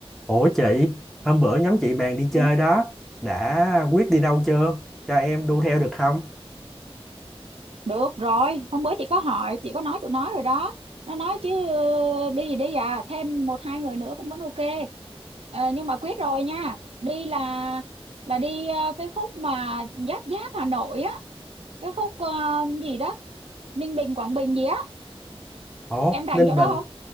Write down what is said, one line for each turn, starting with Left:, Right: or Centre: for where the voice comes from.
Centre: Ủa chị, hôm bữa nhóm chị bàn đi chơi
Right: Ừ.
Centre: đó, đã quyết đi đâu chưa? Cho em đu theo được không?
Right: Được rồi, hôm bữa chị có hỏi, chị có nói tụi nó rồi đó. Nó nói chứ ờ, đi thì đi à, thêm một hai người nữa cũng vẫn ok. Ờ, nhưng mà quyết rồi nha. Đi là là đi ờ, cái khúc mà giáp giáp Hà Nội á, cái khúc ờ, gì đó, Ninh Bình Quảng Bình gì á,
Centre: Ủa,
Right: em rành
Centre: Ninh
Right: chỗ
Centre: Bình,
Right: đó không?